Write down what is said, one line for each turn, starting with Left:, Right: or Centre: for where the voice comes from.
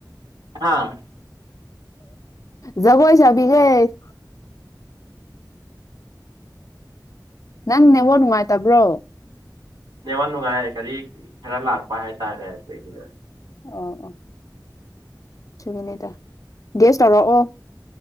Right: ꯍꯥꯥ
Left: ꯒꯣꯏꯁꯕꯤꯤꯒꯦ ꯅꯪ ꯅꯕꯣ ꯅꯨꯡꯉꯥꯏꯇꯕ꯭ꯔꯣ
Right: ꯅ ꯋꯥ ꯅꯨꯡꯉꯥꯏ ꯀꯔꯤ ꯈꯔ ꯂꯥꯛꯄ ꯍꯥꯏꯇꯥꯔꯦ ꯑꯩꯈꯣꯏꯒꯤꯅ
Left: ꯑꯣ ꯑꯣ <unintelligible> ꯇꯧꯔꯛꯑꯣ